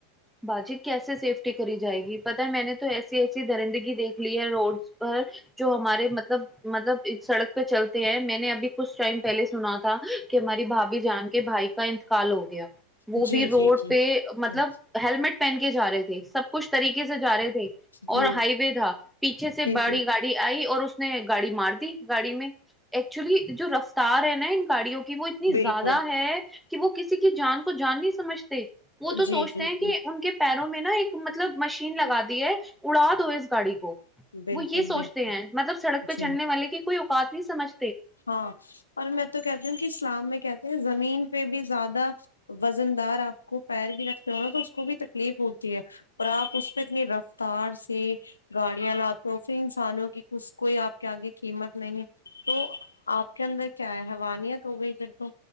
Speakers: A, in the centre; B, on the left (about 75°).
A: باجی کیسے سیفٹی کری جائے گی پتا ہے میں نے تو ایسی ایسی درندگی دیکھ لی ہے روڈس پر جو ہمارے مطلب مطلب سڑک پہ چلتے ہیں میں نے ابھی کچھ ٹائم پہلے سنا تھا کہ ہماری بھابھی جان کے بھائی کا انتقال ہو گیا وہ
B: جی
A: بھی روڈ
B: جی جی
A: پہ مطلب
B: جی
A: ہیللمٹ پہن کے جا رہے تھے سب کچھ طریقے سے جا رہے تھے
B: جی
A: اور ہائی وے تھا پیچھے سے بڑی
B: جی
A: گاڑی آئی اور اس نے گاڑی مار دی گاڑی میں ایکچولی جو رفتار ہے نا ان گاڑیوں کی وہ اتنی زیادہ
B: بالکل
A: ہے کہ وہ کسی کی جان کو جان نہیں سمجھتے وہ تو
B: جی
A: سوچ
B: جی
A: تے
B: جی
A: کہ ان کے پیروں میں نا ایک مطلب مشین لگا دی ہے اڑا دو اس گاڑی کو
B: بالکل
A: وہ یہ سوچتے
B: بالکل
A: ہیں مطلب سڑک پہ
B: جی
A: چلنے والے کی کوئی اوقات نہیں سمجھ
B: ہاں اور میں تو کہتی ہوں کہ اسلام میں کہتے ہیں زمین پہ بھی زیادہ وزن دار آپ کو پیر بھی رکھتے ہو نا تو اس کو بھی تکلیف ہوتی ہے اور آپ اس پہ اتنی رفتار سے گاڑیاں لاتے ہو پھر انسانوں کی ک کوئی آپ کے آگے قیمت نہیں ہے تو آپ کے اندر کیا ہے حیوانیت ہو گئی پھر تو